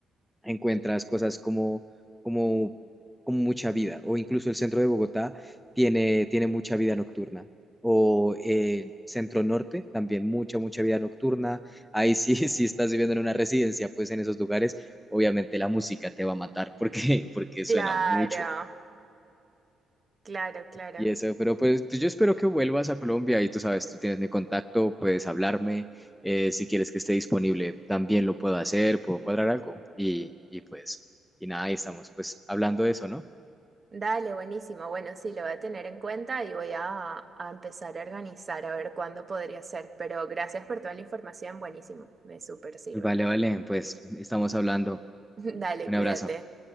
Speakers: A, in the centre; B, on the right.
A: encuentras cosas como, como, como mucha vida, o incluso el centro de Bogotá tiene, tiene mucha vida nocturna, o eh, centro norte también mucha, mucha vida nocturna. Ahí sí, <laughs> si estás viviendo en una residencia, pues en esos lugares, obviamente la música te va a matar porque, porque
B: Claro,
A: suena mucho.
B: claro, claro.
A: Y eso, pero pues, pues yo espero que vuelvas a Colombia y tú sabes, tú tienes mi contacto, puedes hablarme, eh, si quieres que esté disponible, también lo puedo hacer, puedo cuadrar algo. Y, y pues, y nada, ahí estamos pues hablando de eso, ¿no?
B: Dale, buenísimo. Bueno, sí, lo voy a tener en cuenta y voy a, a empezar a organizar a ver cuándo podría ser. Pero gracias por toda la información, buenísimo. Me súper sirve.
A: Vale, vale, pues estamos hablando.
B: <laughs> Dale,
A: Un
B: cuídate.
A: abrazo.